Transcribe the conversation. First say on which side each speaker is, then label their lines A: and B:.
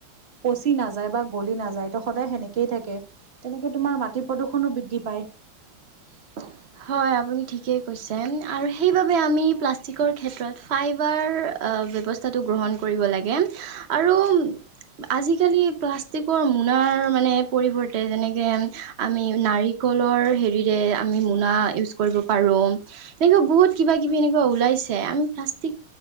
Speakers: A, on the right (about 35°); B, on the right (about 70°).
A: পচি নাযায় বা গলি নাযায় ত সদায় সেনেকে একেই থাকে তেনেকে তোমাৰ মাটি প্ৰদূষনো বৃদ্ধি পায়।
B: <unintelligible> হয় আপুনি ঠিকেই কৈছে। আৰু সেইবাবে আমি প্লাষ্টিকৰ ক্ষেত্ৰত ফাইবাৰ ব্যৱস্থাটো গ্ৰহণ কৰিব লাগে আৰু আজিকালি প্লাষ্টিকৰ মোনাৰ মানে পৰিৱৰ্তে যেনেকে আমি নাৰিক নাৰিকল ৰ হেৰি যে আমি মোনা উছ কৰিব পাৰো। এনেকে বহুত কিবা কিবি এনেকে বহুত ওলাইছে আমি প্লাষ্টিক